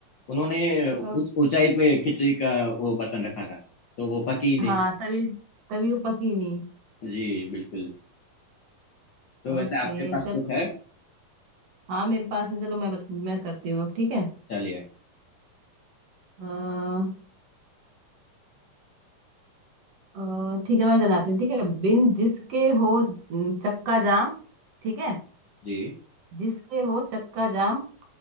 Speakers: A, on the left; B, on the right.
A: उन्होंने
B: ओ,
A: कुछ ऊंचाई पे खिचड़ी का वो बर्तन रखा था तो वो पकी ही नहीं
B: हाँ तभी तभी वो पकी नहीं
A: जी बिल्कुल तो वैसे
B: ओके
A: आपके पास
B: चल
A: कुछ है
B: हाँ मेरे पास है चलो मैं बत, मैं करती हूँ अब ठीक है
A: चलिए
B: अ, अ, ठीक है मैं जनाती हूँ ठीक है बिन जिसके हो न, चक्का जाम ठीक है
A: जी
B: जिसके हो चक्का जाम